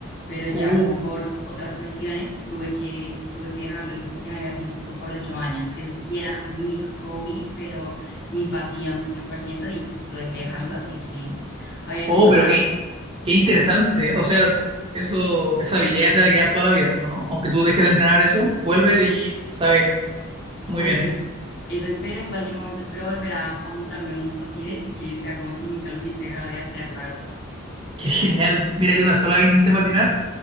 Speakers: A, on the left; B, on the right.
A: pero ya
B: Uh,
A: como por otras cuestiones tuve que, tuve que dejarlo. Hice patinaje artístico por ocho años. Eso sí era mi hobby, pero mi pasión 100% y pues tuve que dejarlo, así que había
B: oh,
A: que encontrar,
B: pero qué, qué interesante. ¿eh? O sea, eso, esa habilidad te va a quedar toda la vida, ¿o no? Aunque tú dejes de entrenar eso, vuelve y sabes muy
A: pues
B: bien.
A: Eso espero, en cualquier momento espero volver a, a montarme en unos patines y que sea como si nunca lo hubiese dejado de hacer, la verdad.
B: <laughs> Qué genial. Mira, yo una sola vez intenté patinar